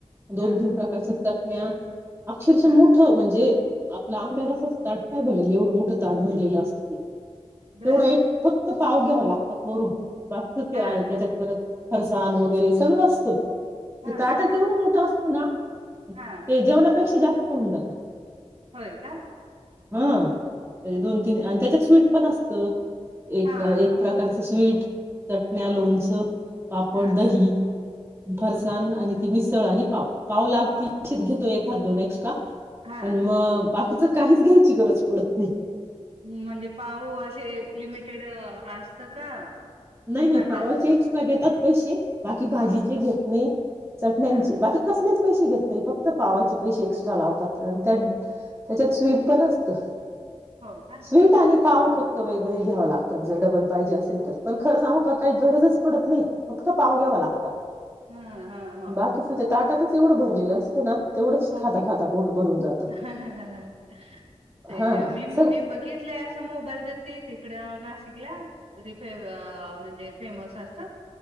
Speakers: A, on the right (about 20°); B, on the right (about 70°).
A: दोन
B: हा
A: तीन प्रकारच्या चट..... <inaudible> अक्षरशः
B: हा
A: मोठ म्हणजे आपल आमरसाच ताट काय भरले एवढं मोठं ताट भरलेलं असतं ते...... तेवढं
B: बर
A: एक फक् पाव घ्यावं लागतात वरून... बाकी तर ते
B: हा
A: आहे...
B: हा
A: फरसान वगैरे सगळं असतं
B: हा
A: ते ताटा तेवढं मोठं अस ना ते
B: हा
A: जेवणापेक्षा जास् होऊन जात
B: होय का?
A: हं दोन तीन
B: बर
A: आणि त्याच्यात स्वीट पण अस ते एक
B: हा
A: एक प्रकारचं स्वीट चटण्या
B: ह
A: लोणच च पापड,
B: ह
A: दही,
B: ह
A: फरसाण
B: ह
A: आणि ती मिसळ आणि पाव. पाव लागतील <unintelligible> घेतेत हा दोनेक्स का
B: हा
A: पण मग बा <unintelligible> काहीच घ्यायची गरज पडत नाही
B: म्हणजे पाऊ अशे लिमिट टेड असत का?
A: नाही नाही
B: ताटात
A: पावाचे एक्स्ट्रा घेतात पैशे बाकी भाजीचे
B: हा
A: घेत नई चटण्यांचे
B: हा
A: बाकी कसलेच? पैशे घेत नाही, फक्त पावाचे पैसे एक्स्ट्रा लावतात आणि त्या त्याच्यात स्वीट पण असतं
B: हो का
A: स्वीट आणि पाव फक्त वेगळे घ्याव लागतात, जर डबल पाहिजे असेल तर पण खरं सांगू का काही गरजच पडत नाही फक्त पाव घ्यावा लागत
B: हा हा हो
A: बाकीच ते ताटातच तेवढं भरलेलं असतं ना तेवढंच
B: हो
A: खाता
B: की
A: खाता पोट भरून जातं
B: ह ह ते
A: हा
B: मी
A: सग
B: मी बघितल अस मोबाईलवरती तिकड नाशिकला रिपे अव म्हणजे फेमस असं